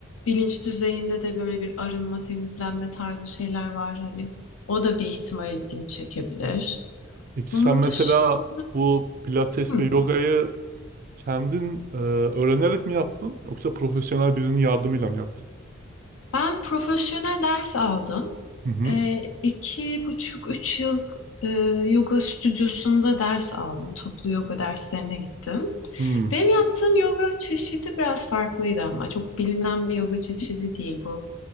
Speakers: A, on the left; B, on the right.
A: bilinç düzeyinde de böyle bir arınma, temizlenme tarzı şeyler var hani. O da bir ihtimal ilgini çekebilir.
B: Peki
A: Onun
B: sen mesela
A: dışında
B: bu pilates
A: Hı,
B: ve yogayı kendin e, öğrenerek mi yaptın yoksa profesyonel birinin yardımıyla mı yaptın?
A: ben profesyonel ders aldım.
B: Hı hı.
A: E, iki buçuk, üç yıl e, yoga stüdyosunda ders aldım. Toplu yoga derslerine gittim.
B: Hmm.
A: Benim yaptığım yoga çeşidi biraz farklıydı ama çok bilinen bir yoga çeşidi değil bu.